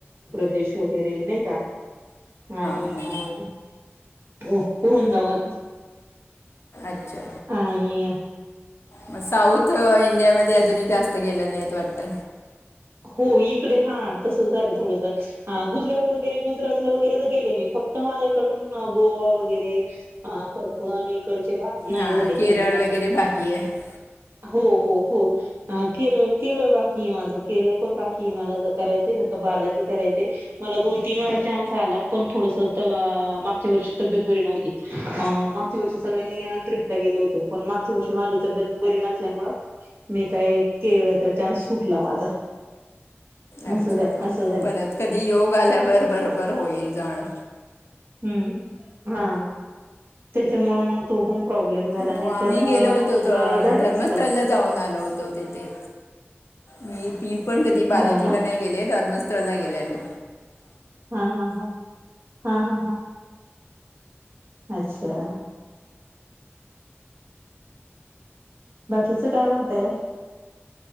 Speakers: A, on the right; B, on the left.
A: देेश वगैरे नाही का आणि
B: हां
A: अ उरुंदावन
B: अच्छा
A: आ नाहीय
B: मग साऊथ इंडिया मध्ये अजूनही जास्त गेलं नाहीत वाटत
A: हो इकडे हा तसं झालं थोडस हा गुजरात वगैरे गुजरातला वगैरे तर गेले मी फक्त तर माझ्याकडून गोवा वगैरे कोकण कडचे नाही
B: हां
A: झाले
B: केरळ
A: करूने
B: वगैरे बाकी आहे
A: हो हो हो केरळ केरळ बाकी आहे माझं केरळ पण बाकी मला ज करायचे बालाजी करायचे मला दोन तीन चान्स आला पण थोड मागच्या वर्षी तब्येत बरी नव्हती मागच्या वर्षी सगळ्यांनी ट्र्रीपला गेले होत पण मागच्या वर्षी माझी तब्येत बरी नसल्यामुं मी काय केळचा चान्स सुटला माझा
B: अच्छा
A: असं असं झालं
B: परत कधी योग आल्यावरर बरोबर होईल जाणं
A: ह् हा त्याच्यामुळे मग तो पण प्रॉब्लेम झाला
B: हो
A: नाही
B: आम्ही
A: तर
B: गेलो होतो
A: मग झालं
B: धर्मस्थळला
A: असत
B: जाऊन आलो होतो तिथे मी ती पण कधी
A: हो
B: बालाजीला
A: ना
B: नाही गेले धर्मस्थळ ला गेले लो
A: हा हा हा हा हा हा अच्छा बाकीचं काय म्हणताय